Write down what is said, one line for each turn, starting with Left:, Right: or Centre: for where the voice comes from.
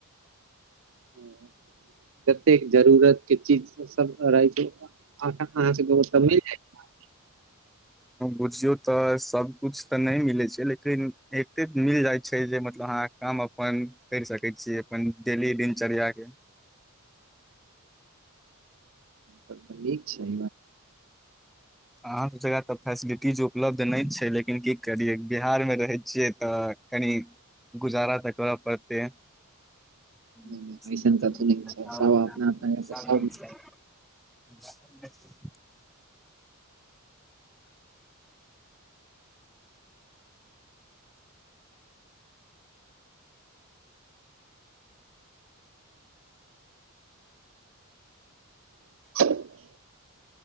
Right: ह। जतेक जरूत के चीज सभ रहै छै अहाँ सभ मिल जाय छै। <inaudible>
Centre: बुझियौ तऽ सबकछु तऽ नै मिलै छै लेकिन एकते मिल जाइत छै जे मतलब अहाँ काम अपन करै सकै छी अपन डेली दिनचर्या केँ
Right: तब तऽ नीक छै
Centre: अहाँसभ जगह तऽ फैसिलिटीज उपलब्ध नहि छै लेकिन की करियै बिहारमे रहै छियै तऽ कनी <inaudible> गुजारा तऽ कर परते <unintelligible>
Right: नहि नहि ऐसन कथु नहि छै सब अपना अपना जगह पर सब नीक छै
Centre: <unintelligible>
Right: <unintelligible>